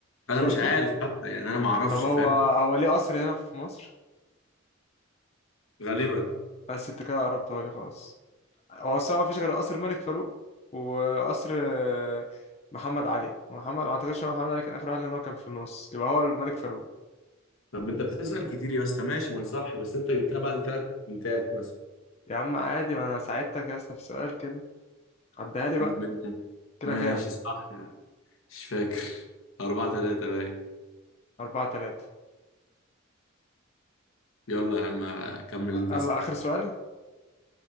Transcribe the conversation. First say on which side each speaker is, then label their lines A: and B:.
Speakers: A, on the left; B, on the left.
A: انا
B: صورته
A: مش عارف حتى يعني انا ما اعرفش
B: طب هو
A: فاهم
B: هو ليه قصر هنا في مصر
A: غالبا
B: بس انت كده قربتها لي خالص هو اصلا مفيش غير قصر الملك فاروق وقصر آه، محمد علي ومحمد ما اعتقدش ان محمد علي كان اخر واحد لان هو كان في النص يبقى هو الملك فاروق
A: طب انت بتسأل كتير يا اسطى ماشي ما أنا صح بس انت جبتها بعد ثلاث بنتات مثلا
B: يا عم عادي ما انا ساعدتك يا اسطى في سؤال كده عدها لي بقى
A: م-
B: كده
A: ماشي
B: كام
A: صح مش فاكر أربعة تلاتة باين
B: أربعة تلاتة
A: يلا يا عم كمل أنت
B: يلا
A: اسأل
B: آخر سؤال